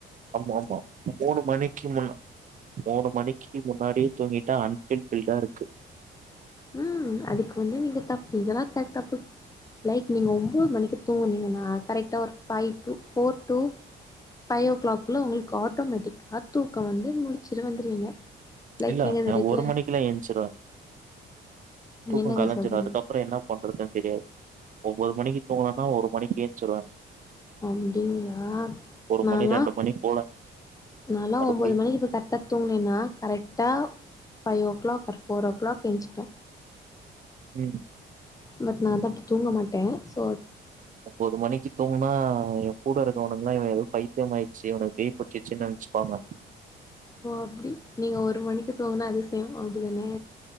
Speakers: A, on the right (about 40°); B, on the left (about 15°).
A: ஆமா ஆமா மூணு மணிக்கு முன்ன மூணு மணிக்கு முன்னாடியே தூங்கிட்டா அன்ஃபுல்ஃபில்டா இருக்கு
B: ம் அதுக்கு வந்து நீங்க தப்பு இதெல்லா கெ தப்பு லைக் நீங்க ஒம்போது மணிக்கு தூங்குனீங்கனா கரெக்டா ஒரு five to four to five ஓ கிளாக்குல்ல உங்களுக்கு ஆட்டோமேட்டிக்கா தூக்க வந்து முழிச்சுட்டு வந்துருவீங்க லைக்
A: இல்ல
B: நீங்க அது
A: நா
B: ரெகுலர்
A: ஒரு மணிக்குலா எந்ச்சிருவே தூக்கொ
B: என்னங்க
A: கலஞ்சிரோ
B: சொல்றீங்க
A: அதுக்கப்புற என்ன பண்றதுன்னு தெரியாது ஒன்பது மணிக்கு தூங்குணாதா ஒரு மணிக்கு ஏந்ச்சுருவே
B: அப்டிங்களா
A: ஒரு
B: நானா
A: மணி ரெண்டு மணி போல
B: நால்லா
A: மறுபடி
B: ஒன்பது மணிக்கு இப்ப க ட்டா தூங்கின்னா கரெக்டா five o'clock or four o'clock எஞ்சிப்பே
A: ம்
B: பட் நா வந்து அப்டி தூங்க மாட்டே சோ
A: இப்போ ஒரு மணிக்கு தூங்குனா எ கூட இருக்கவனுங்க்கெல்லா இவ ஏதோ பைத் அதிகமாயிச்சு இவனுக்கு பேய் புடிச்சிருச்சி நெனச்சிப்பாங்க
B: ஓ அப்டி நீங்க ஒரு மணிக்கு தூங்குனா அதிசயு அப்டிதானே